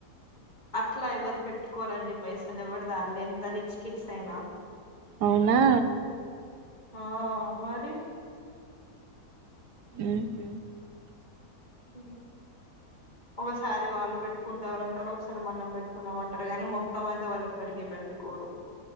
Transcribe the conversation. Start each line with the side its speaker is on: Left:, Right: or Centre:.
Left: అట్లా ఎవరు పెట్టుకోరండి పైసలు ఎవ్వరు వాళ్లది ఎంత రిచ్ కిట్స్ అయినా
Right: అవునా
Left: ఆ <unintelligible>
Right: ఉహు
Left: హు
Right: <unintelligible>
Left: ఒకసారి వాళ్ళు పెట్టుకుంటారంటారు ఒకసారి మనం పెట్టుకున్నాామ అంటారు కానీ మొత్తం అయితే వాళ్ళు ఎప్పటికీ పెట్టుకోు ట్రూ